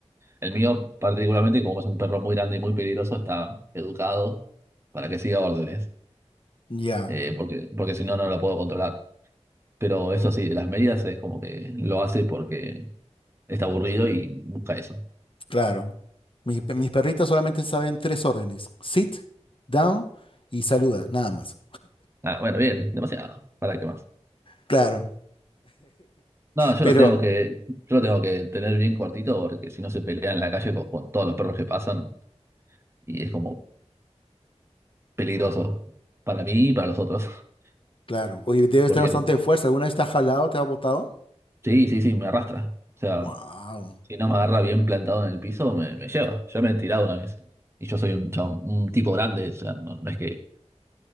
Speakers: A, on the right; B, on the left.
A: el mío, particularmente, como es un perro muy grande y muy peligroso, está educado para que siga órdenes.
B: Ya,
A: eh, porque, porque si no, no lo puedo controlar. Pero eso sí, de las medidas es como que lo hace porque está aburrido y busca eso.
B: claro. Mis, pe- mis perritas solamente saben tres órdenes, sit, down y saluda, nada más.
A: Ah, bueno, bien, demasiado. ¿Para qué más?
B: Claro.
A: No, yo
B: <laughs>
A: lo
B: Pero,
A: tengo que, yo lo tengo que tener bien cortito porque si no se pelea en la calle con, con todos los perros que pasan y es como peligroso para mí y para los otros. <laughs>
B: claro, hoy debe estar
A: Porque
B: bastante de fuerza. ¿Alguna vez te has jalado, te has botado?
A: sí, sí, sí, me arrastra. O sea,
B: Wow.
A: si no me agarra bien plantado en el piso, me, me lleva. Ya me he tirado una vez. Y yo soy un, chabón- un tipo grande, o sea, no, no es que